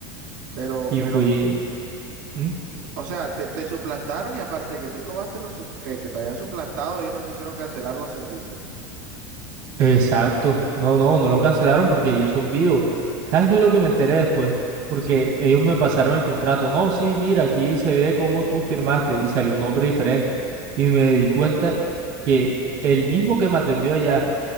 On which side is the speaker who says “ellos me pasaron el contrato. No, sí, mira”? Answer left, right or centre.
Right